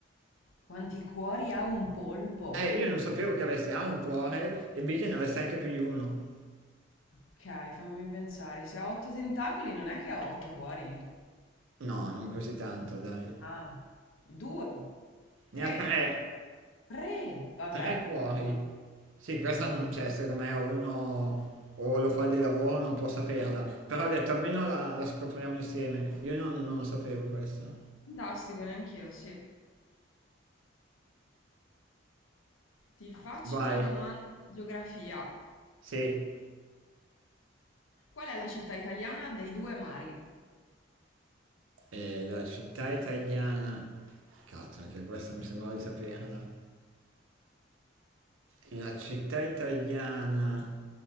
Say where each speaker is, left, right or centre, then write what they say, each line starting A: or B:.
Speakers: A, on the left (about 85°); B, on the right (about 80°).
A: Quanti cuori ha un polpo?
B: Eh, io non sapevo che avesse A un cuore e B che ne avesse anche più di uno.
A: Ok, fammi pensare. Se ha otto tentacoli non è che ha otto cuori.
B: No, non così tanto, dai.
A: Ah, due, tre,
B: Ne ha tre,
A: tre. Vabbè,
B: tre cuori.
A: no,
B: Sì, questa,
A: no, no,
B: non-
A: vabbè.
B: cioè, secondo me uno o lo fa di lavoro o non può saperla. Però ho detto, almeno la, la scopriamo insieme. Io non, non lo sapevo questa.
A: Fantastico, neanch'io, sì. Ti faccio
B: Vai.
A: una domanda di geografia.
B: Sì.
A: Qual è la città italiana dei due mari?
B: Eh, la città italiana... Cazzo, anche questa mi sembrava di saperla. La città italiana...